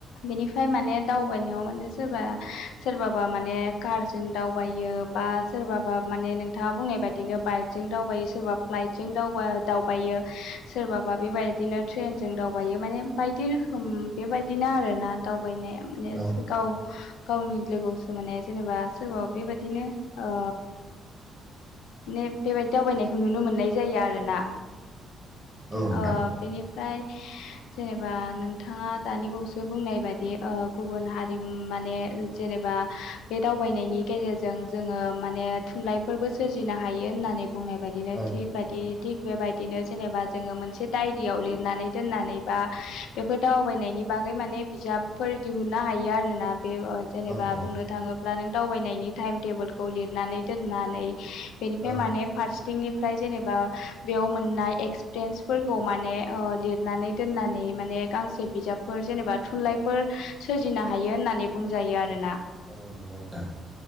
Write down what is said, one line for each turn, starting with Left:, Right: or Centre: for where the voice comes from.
Left: बेनिफ्राय माने दावबायनायाव माने सोरबा सोरबाबा माने कारजों दावबायो बा सोरबा माने नोंथाङा बुंनाय बायदिनो बाइकजों दावबायो सोरबा फ्लाइटजों दावबायो सोरबाबा बेबायदिनो ट्रेनजों दावबायो माने बायदि रोखोम बेबायदिनो आरो ना दावबायनाया माने
Centre: औ
Left: गाव गावनि लोगोआवसो माने जेनेबा सोरबा बेबायदिनो ओ माने बेबायदि दावबायनायखौ नुनो मोननाय जायो आरो ना।
Centre: नोंथां
Left: ओ बेनिफ्राय जेनेबा नोंथाङा दानि बावसो बुंनाय बायदि ओ गुबुन हारिम माने जेनेबा बे दावबायनायनि गेजेरजों जोङो माने थुनलाइफोरबो सोरजिनो हायो होननानै बुंनाय बायदिनो
Centre: औ
Left: थिग बादि थिग बेबायदिनो जेनेबा जोङो मोनसे डायरियाव लिरनानै दोननानै बा बेफोर दावबायनायनि बागै माने बिजाबफोर दिहुननो हायो आरोना बे ओ जेनेबा
Centre: औ औ
Left: बुंनो थाङोब्ला नों दावबायनायनि टाइम टेबोलखौ लिरनानै दोननानै बेनिफ्राय
Centre: औ
Left: माने फारसेथिंनिफ्राय जेनेबा बेयाव मोननाय एक्स पेरेन्सफोरखौ माने ओ लिरनानै दोननानै माने गांसे बिजाबफोर जेनेबा थुनलाइफोर सोरजिनो हायो होननानै बुंजायो आरोना
Centre: औ नंगौ नोंथां